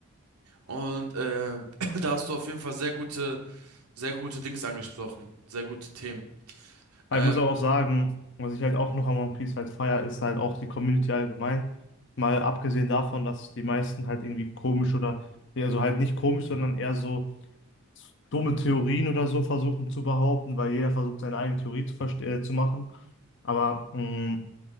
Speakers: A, on the right (about 85°); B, on the left (about 55°).
A: Und äh, <clears throat> da hast du auf jeden Fall sehr gute, sehr gute Dings angesprochen, sehr gute Themen.
B: Aber
A: Ähm,
B: Ich muss aber auch sagen, was ich halt auch noch an One Piece halt feier, ist halt auch die Community allgemein. Mal abgesehen davon, dass die meisten halt irgendwie komisch oder, also halt nicht komisch, sondern eher so dumme Theorien oder so versuchen zu behaupten, weil jeder versucht, seine eigene Theorie zu, verste- äh, zu machen. Aber mh,